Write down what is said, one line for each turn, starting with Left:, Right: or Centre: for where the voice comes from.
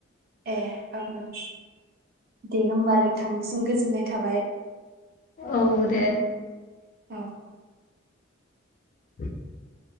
Right: ए ओं ओं दे होमबा नों थांनिसिम गोजोननाय थाबाय
Left: औ दे‌
Right: अ
Left: <inaudible>